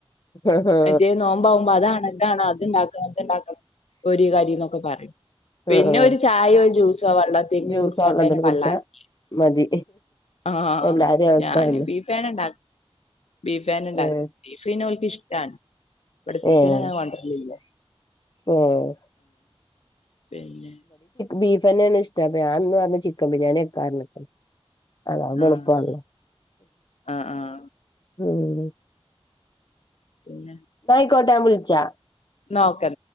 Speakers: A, on the left; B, on the left.
A: ആഹ്
B: മറ്റേ നോമ്പാവുമ്പോ അതാണ് അത്ണ്ടാക്കണം ഇത്ണ്ടാക്കണം പൊരി കടിന്നൊക്കെ പറയും പിന്നെ
A: ആഹ്
B: ഒരു ചായോ ഒരു ജ്യൂസോ വെള്ളംതിങ്ങും
A: ജ്യൂസോ
B: കുടിച്ചാത്തന്നെ
A: വെള്ളന്തേലും കുടിച്ചാ
B: പള്ളാറഞ്ഞ്
A: മതി
B: ആ
A: എല്ലാരേം അവസ്ഥ
B: ഞാന്
A: അതന്നെ
B: ബീഫ് ഞാൻ ഇണ്ടാക്ക ബീഫ് ഞാൻ ഇണ്ടാക്കു
A: ഏഹ്
B: ബീഫ് പിന്നെ ഓര്ക്ക് ഇഷ് ഇവിടെ ചിക്കൻ
A: ഏഹ്
B: അങ്ങനെ കൊണ്ടരല്ല
A: ഏഹ്
B: പിന്നെ
A: ബീഫന്നെയാണ് ഇഷ്ടം ഞാൻന്ന് പറഞ്ഞ് ചിക്കൻ ബിരിയാണി വെയ്ക്കാന്ന് അതാവുമ്പോളുപ്പാണല്ലോ
B: ആഹ് ആഹ് ആഹ്
A: ഉം
B: പിന്നെ
A: ക്കോട്ട ഞാൻ വിളിച്ചാ
B: ന്നാ ഓക്കേ